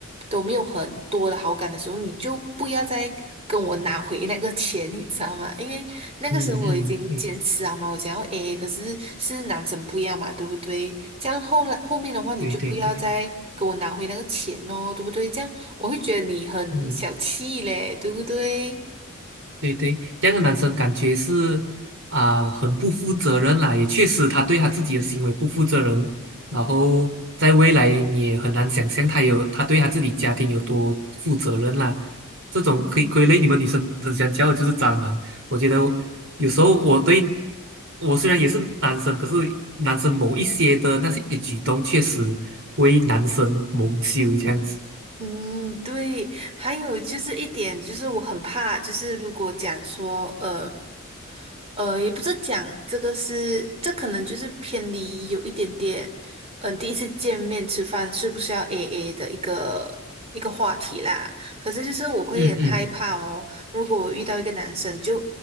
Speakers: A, on the right; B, on the right.
A: 都没有很多的好感的时候，你就不要再跟我拿回那个钱，你知道吗？因为那个时候我已经坚持了嘛，
B: 嗯嗯，对
A: 我讲要 AA，可是是男生不一样嘛，对不对？这样后来后面的话，你就不要再跟我拿回那个钱哦，
B: 对对对，
A: 对不对？这样我会觉得你很小气嘞，
B: 嗯
A: 对不对？
B: 对对，这样的男生感觉是啊、很不负责任啦，也确实他对他自己的行为不负责任，然后在未来你也很难想象他有他对他自己家庭有多负责任啦。这种可以归类你们女生很喜欢叫的就是渣男，
A: 嗯
B: 我觉得有时候我对我虽然也是男生，可是男生某一些的那些举动确实为男生蒙羞这样子。
A: 嗯，对，还有就是一点，就是我很怕，就是如果讲说，呃。呃，也不是讲这个是，这可能就是偏离有一点点，嗯、第一次见面吃饭是不是要 AA 的一个一个话题啦。可是就是我会很害怕哦，
B: 嗯嗯，
A: 如果我遇到一个男生就，